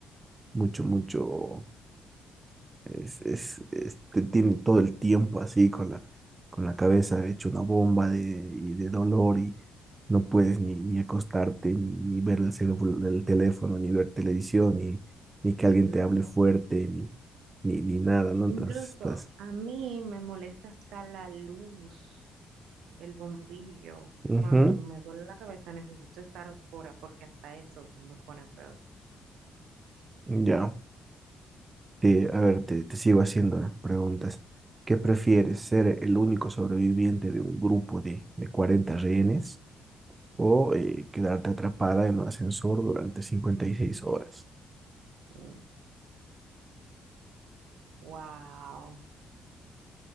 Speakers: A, on the right; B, on the right.
A: mucho, mucho, es, es, es- te tiene todo el tiempo así con la, con la cabeza hecha una bomba de, y de dolor y no puedes ni, ni acostarte, ni, ni ver el, celu- el teléfono, ni ver televisión, ni, ni que alguien
B: nada.
A: te hable fuerte, ni, ni, ni nada, ¿no?
B: Incluso
A: Entonces estás,
B: a mí me molesta hasta la luz, el bombillo.
A: ujú,
B: Cuando me duele la cabeza necesito estar oscura porque hasta eso me pone peor.
A: ya. Te- a ver, te, te sigo haciendo las preguntas. ¿Qué prefieres, ser el único sobreviviente de un grupo de, de 40 rehenes o eh, quedarte atrapada en un ascensor durante 56 horas?
B: Mm, Wow.